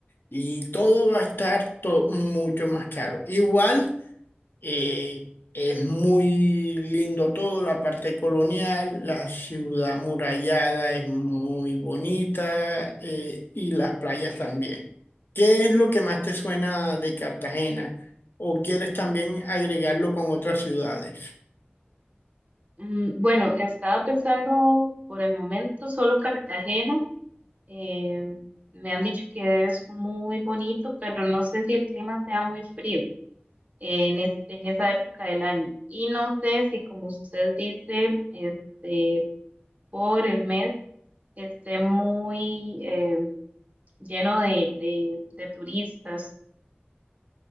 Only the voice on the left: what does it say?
y todo va a estar to- mucho más caro. Igual. Eh, es muy lindo todo, la parte colonial, la ciudad amurallada es muy bonita eh, y las playas también. ¿Qué es lo que más te suena de Cartagena? ¿O quieres también agregarlo con otras ciudades?